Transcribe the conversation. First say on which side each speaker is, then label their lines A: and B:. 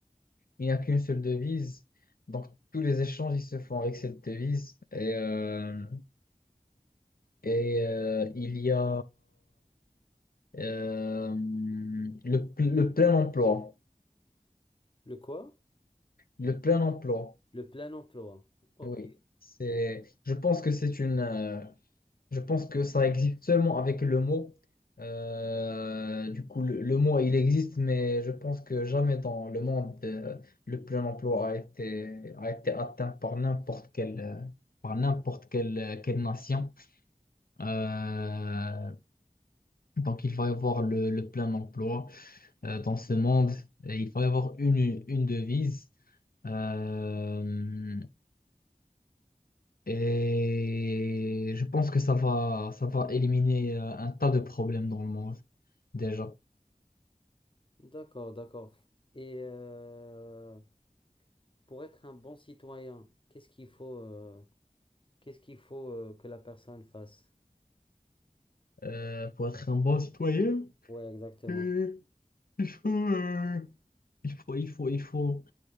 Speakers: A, on the left; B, on the left.
A: Il n'y a qu'une seule devise. Donc tous les échanges ils se font avec cette devise. Et, euh, et euh, il y a euh, le, pl- le plein emploi.
B: Le quoi?
A: Le plein emploi,
B: Le plein emploi. Ok.
A: oui. C'est, je pense que c'est une, euh, je pense que ça existe seulement avec le mot. Euh, du coup, le, le mot, il existe, mais je pense que jamais dans le monde, euh, le plein emploi a été, a été atteint par n'importe quelle, euh, par n'importe quelle, euh, quelle nation. Euh, donc, il va y avoir le, le plein emploi, euh, dans ce monde. Et Il va y avoir une, une devise. Euh, Et je pense que ça va, ça va éliminer euh, un tas de problèmes dans le monde, déjà.
B: D'accord, d'accord. Et euh, pour être un bon citoyen, qu'est-ce qu'il faut, euh, qu'est-ce qu'il faut euh, que la personne fasse?
A: Euh, pour être un bon citoyen,
B: Oui, exactement.
A: euh, il faut, euh, il faut, il faut, il faut,